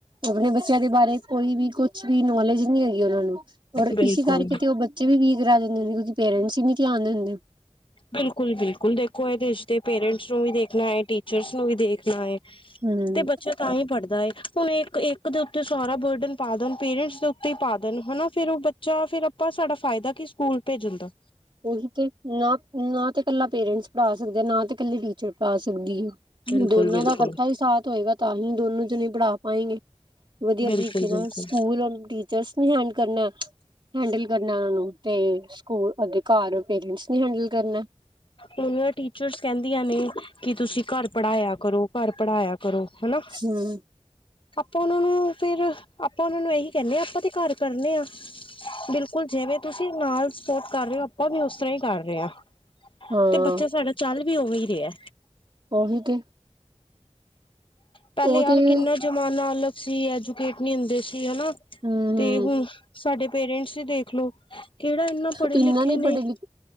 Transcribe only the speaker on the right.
ਆਪਣੇ ਬੱਚਿਆਂ ਦੇ ਬਾਰੇ ਕੋਈ ਵੀ ਕੁਛ ਵੀ ਨੌਲੇਜ ਨੀ ਹੈਗੀ ਉਹਨਾਂ ਨੂੰ ਔਰ
ਇਸ ਕਰਕੇ ਤੇ ਉਹ ਬੱਚੇ ਵੀਕ ਰਹਿ ਜਾਂਦੇ ਕਿਉਂਕਿ ਪੇਰੈਂਟਸ ਹੀ ਨੀ ਧਿਆਨ ਦਿੰਦੇ
ਹਮ
ਉਹੀ ਨਾ ਨਾ ਤੇ ਕੱਲਾ ਪੇਰੈਂਟਸ ਪੜ੍ਹਾ ਸਕਦੇ ਆ ਨਾ ਤੇ ਇਕੱਲੇ ਟੀਚਰ ਪੜ੍ਹਾ ਸਕਦੀ ਹੈ।
ਦੋਨਾਂ
ਦਾ ਇਕੱਠਾ ਹੀ ਸਾਥ ਹੋਏਗਾ ਤਾਂ ਅਸੀਂ ਦੋਨੋ ਚ ਨਹੀਂ ਪੜ੍ਹਾ ਪਾਏਂਗੇ। ਵਧੀਆ ਤਰੀਕੇ
ਨਾਲ
ਸਕੂਲ ਨੂੰ ਹੈਡ ਕਰਨਾ ਹੈਂਡਲ ਕਰਨਾ ਓਹ ਨੂੰ ਤੇ ਸਕੂਲ ਅੱਗੇ ਘਰ ਪੇਰੈਂਟਸ ਨੇ ਹੈਂਡਲ ਕਰਨਾ
ਹੂੰ
ਹਾਂ
ਉਹੀ ਤੇ
ਉਹ
ਤੇ
ਹੂੰ
ਇੰਨਾ
ਨੀ
ਪੜ੍ਹੇ ਲਿਖੇ